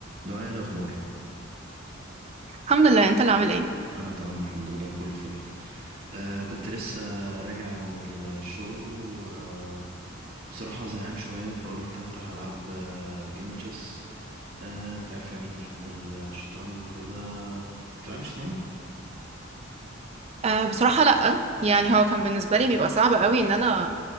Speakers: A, on the right; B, on the right.
A: دعاء إيه الأخبار
B: الحمد لله انت اللي عامل ايه
A: أنا تمام الحمد لله كله فل آه كنت لسه راجع من الشغل وبصراحة زهقان شوية فقلت أفتح ألعب آه جيم تشيس آه أنت عارف يعني بحب الشطرنج وكده بتلعبي شطرنج؟
B: أه بصراحة لأ يعني هو كان بالنسبة لي بيبقى صعب قوي ان انا